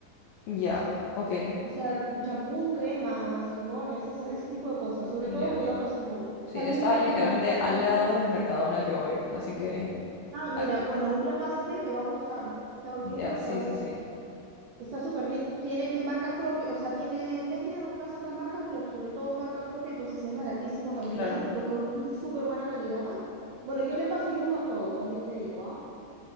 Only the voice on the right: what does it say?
O sea, champús, cremas, jabones, esa- ese tipo de cosas. Sobre
todo cuidado personal.
También
tiene
maquillaje bastante.
Ah, mira,
bueno, un día pásate, te va a gustar. Te va-
yo creo que
te va a gustar.
Está súper bien. Tienen marcas propias, o sea, tiene, venden algunas otras marcas, pero sobre todo marca propia, entonces es baratísimo también.
Los productos son de súper buena calidad. Bueno, yo le paso yuca a todo, también te digo, ¿ah?